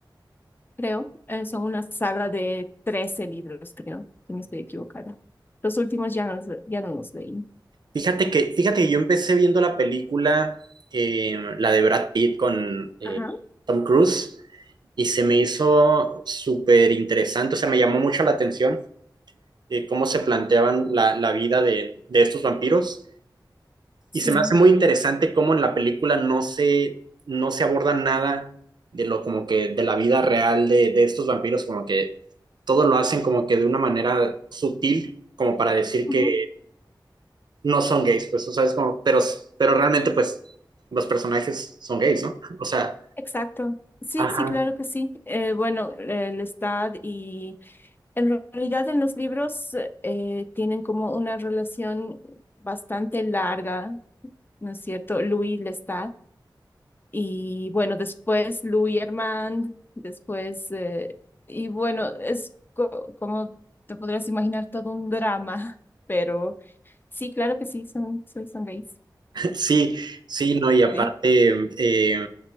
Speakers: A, on the left (about 25°); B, on the right (about 65°).
A: creo. Eh, son una saga de 13 libros, creo, si no estoy equivocada. Los últimos ya no, los- ya no los leí.
B: Fíjate que, fíjate que yo empecé viendo la película, eh, la de Brad Pitt con eh,
A: Ajá.
B: Tom Cruise, y se me hizo súper interesante, o sea, me llamó mucho la atención eh, cómo se planteaban la, la vida de, de estos vampiros,
A: Sí.
B: y se me hace muy interesante cómo en la película no se, no se aborda nada de lo como que de la vida real de, de estos vampiros, como que todo lo hacen como que de una manera sutil, como para decir
A: Ujú,
B: que no son gays, pues, o sea, es como, pero, pero realmente, pues, los personajes son gays, ¿no? O sea,
A: Exacto. Sí,
B: ajá,
A: sí, claro que sí. Eh, bueno, el estado y en realidad en los libros eh, tienen como una relación bastante larga, ¿no es cierto? Louis Lestat Y bueno, después Louis Armand, después, eh, y bueno, es co- como te podrás imaginar todo un drama, <laughs> pero sí, claro que sí, son, son, son gays.
B: sí, sí, no, y aparte,
A: Sí.
B: eh,